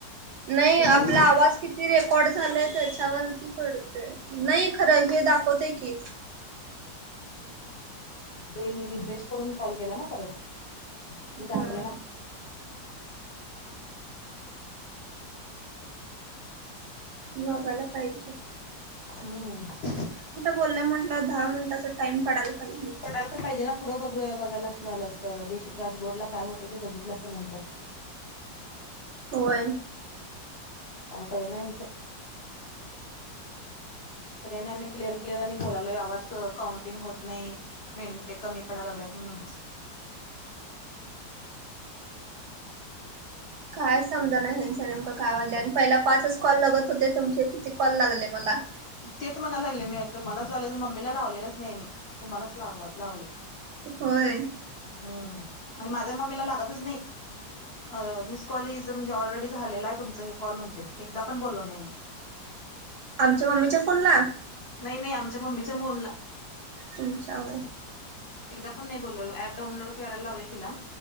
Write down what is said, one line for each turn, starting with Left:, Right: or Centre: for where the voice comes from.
Right: नाही
Left: शून्य
Right: आपला आवाज किती रेकॉर्ड झालाय त्याच्यावरती पडतोय. नाही खरं हे दाखवतय की,
Left: मी रिफ्रेश करून कॉल केला ना परत ते दाखवल
Right: हा
Left: ना.
Right: मगायला पाहिजे.
Left: हूं
Right: बोललं म्हटंल्याव दहा मिनटाचा टाइम पडाला पाहि
Left: पडायला तर पाहिजे ना पुढं ब बघायला अस झालं असत ड डॅशबोर्ड ला काय होत ते बघितलं असतं नंतर <unintelligible>
Right: होय.
Left: काय कळे ना ह्यांच तर आणि आम्ही क्लिअर क्लिअर आणि बोलालो आवाज काउंटिंग होत नाई मिनटे कमी पडाला लागल्यात. म्हणून
Right: काय समजा ना ह्यांचा नेमक काय वाजले आणि पहिला पाच कॉल लगत होते तुमचे किती कॉल लागले मला
Left: तेच म्हणाला लागले मी तुमालाच लावले त मम्मीला लावलेलाच नाही मी तूमालाच लाव लावले.
Right: होय.
Left: हम्म आणि माझ्या मम्मीला लागतच नई. अ धीस कॉल इज म्हणजे ऑलरेडी झालेला आहे तुमच हे कॉल म्हणतय एकदा पण बोललो नाय आम्ही <inaudible>
Right: आमच्या मम्मीच्या फोन ला
Left: नाही नाही आमच्या मम्मीच्या मोनला
Right: तुमच्यावर
Left: एकदा पण नाही बोललो अप डाऊनलोड करायला लावले तिला